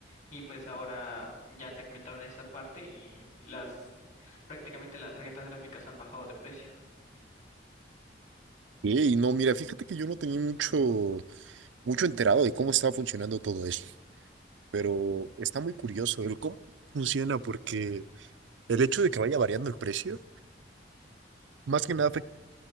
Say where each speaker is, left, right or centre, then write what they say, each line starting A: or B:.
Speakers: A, on the left (about 40°); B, on the right (about 85°).
A: Y pues ahora ya segmentaron esa parte y las prácticamente las tarjetas gráficas han bajado de precio.
B: Sí, Y no, mira, fíjate que yo no tenía mucho, mucho enterado de cómo estaba funcionando todo esto, pero está muy curioso el cómo funciona, porque el hecho de que vaya variando el precio, más que nada